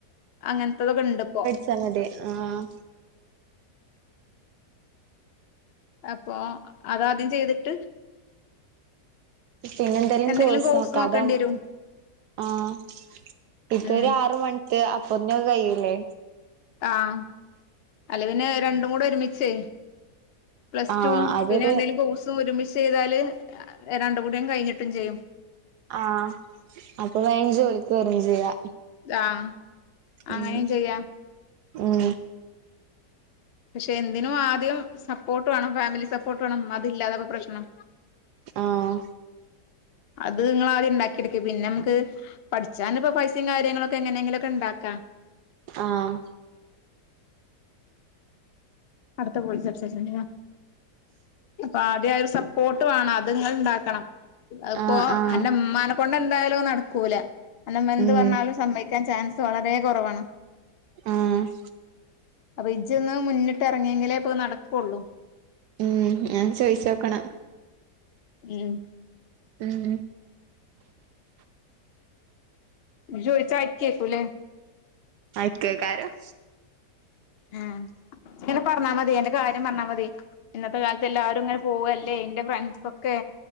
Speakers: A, on the left; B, on the right.
A: അങ്ങനെത്തെത് കൊണ്ടിപ്പം.
B: ചമ്മന്തി ആഹ്
A: അപ്പൊ അതാദ്യം ചെയ്തിട്ട്.
B: പിന്നെന്തേലും
A: എന്തെങ്കിലും
B: കോസ്
A: കോഴ്സ്
B: നോക്കാ
A: നോക്കേണ്ടി
B: അതാവുമ്പം
A: വരും
B: ആഹ് ഇപ്പോരു
A: ഉം
B: ആറ് മണിക്ക് അപ്പത്തി സദ് കയ്യൂലേ
A: ആഹ് അല്ലേ പിന്നെ രണ്ടും കൂടെ ഒരുമിച്ചേ. പ്ലസ്
B: ആഹ്
A: ടും
B: അതൊരു
A: പിന്നെ എന്തേലും കോഴ്സും ഒരുമിച്ച് ചെയ്താല്, രണ്ട് കൂടിയാണ്കഴിഞ്ഞിട്ടും ചെയ്യും.
B: ആഹ് അപ്പൊ വേഗം ജോലിക്ക് വെരവേം ചെയ്യാ.
A: ഗാം അങ്ങനെയും
B: ഉം
A: ചെയ്യാം.
B: ഉം
A: പക്ഷെ എന്തിനും ആദ്യം സപ്പോട്ട് വേണം. ഫാമിലി സപ്പോട്ട് വേണം. അതില്ലാതെക്കെ പ്രശനം.
B: ആഹ്
A: അത് നിങ്ങളാദ്യം ഉണ്ടാക്കിയെടുക്ക്. പിന്നെ നമുക്ക് പഠിച്ചാനിപ്പ പൈസയും കാര്യങ്ങളൊക്കെ എങ്ങനെയെങ്കിലുക്കെ ഉണ്ടാക്കാ.
B: ആഹ്
A: അടുത്ത് പോയി സംസാരിച്ചോണ്ട് വാ. ഇപ്പ ആദ്യാരു സപ്പോട്ട് വേണം. അത് നിങ്ങെള് ഇണ്ടാക്കണം. അത്പ്പോ
B: ആഹ് ആഹ്
A: അന്റമ്മാനെ കൊണ്ടെന്തായാലും അത് നടക്കൂല. അന്റുമ്മ എന്ത്
B: ഉം
A: പറഞ്ഞാലും സമ്മയ് ക്കാൻ ചാൻസ് വളരെ കൊറവാണ്.
B: ആഹ്
A: അപ്പൊ ഇഞ്ചൊന്ന് മുന്നിട്ട് ഇറങ്ങിയെങ്കിലേപ്പത്നടക്കുള്ളൂ
B: ഉം ഞാൻ ചോയിച്ചോക്കണ
A: ഉം
B: ഉം
A: ജോലിക്കയക്കു വൈ ക്കുല്ലേ
B: അയക്കൈക്കാരം
A: ആ ഇങ്ങനെ പറഞ്ഞാൽ മതി എന്റെ കാര്യ പറഞ്ഞാ മതി ഇന്നത്തെ കാലത്ത് എല്ലാവാരും ഇങ്ങനെ പോവല്ലേ എന്റെ ഫ്രണ്ട്സ ഒക്കെ